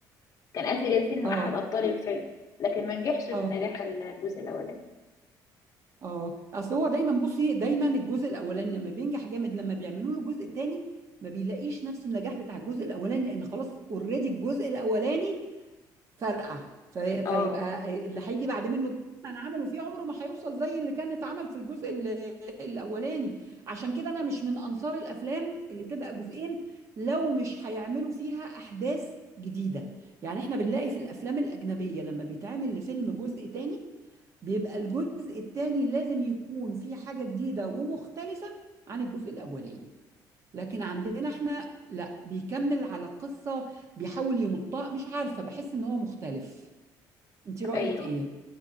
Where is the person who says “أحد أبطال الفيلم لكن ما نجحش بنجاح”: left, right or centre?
Left